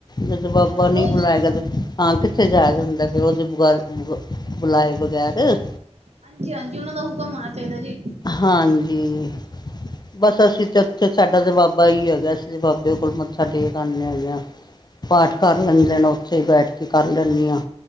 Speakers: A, on the left; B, on the right.
A: ਜਦੋਂ ਬਾਬਾ
B: ਅੱਛਾ
A: ਨਹੀਂ
B: ਰੋਜ਼
A: ਬੁਲਾਇਏਗਾ ਹਾਂ ਕਿੱਥੇ ਜਾਇਆ ਜਾਂਦਾ ਫਿਰ ਉਹਦੇ ਬੁਗਾਰੀ
B: ਅੱਛਾ
A: ਬੁਲਾਏ ਬਗੈਰ
B: ਜੀ ਹਾਂਜੀ ਹਾਂਜੀ ਉਹਨਾਂ ਦਾ ਹੁਕਮ ਹੋਣਾ ਚਾਹੀਦਾ ਜੀ
A: ਹਾਂਜੀ ਬਸ ਅਸੀਂ ਚ ਸਾਡਾ ਤੇ ਬਾਬਾ ਹੀ ਹੈਗਾ ਅਸੀਂ ਤੇ ਬਾਬੇ ਕੋਲ ਮੱਥਾ ਟੇਕ ਆਉਂਦੇ ਹ ਹੈਗੇ ਹਾਂ ਪਾਠ
B: ਅੱਛਾ
A: ਕਰ ਲੈਂਦੇ
B: ਜੀ
A: ਨੇ ਉੱਥੇ ਹੀ ਬੈਠ ਕੇ ਕਰ ਲੈਂਦੀ ਹਾਂ